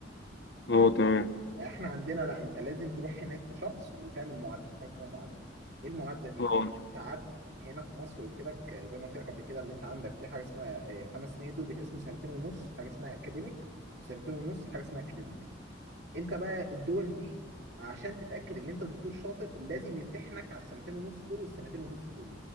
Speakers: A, on the left; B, on the right.
A: أه تمام
B: احنا عندنا لا انت لازم تروح هناك كشخص وتعمل معادله حاجه اسمها معادله ايه المعادله دي
A: أه
B: انت قعدت هنا في مصر قلت لك آه، زي ما قلت لك قبل كده اللي انت عندك في حاجه اسمها آه، خمس سنين دول بيتقسموا سنتين ونص حاجه اسمها اكاديميك وسنتين ونص حاجه اسمها كلينيكال انت بقى الدول دي عشان تتاكد ان انت دكتور شاطر لازم يمتحنك على السنتين ونص دول والسنتين ونص دول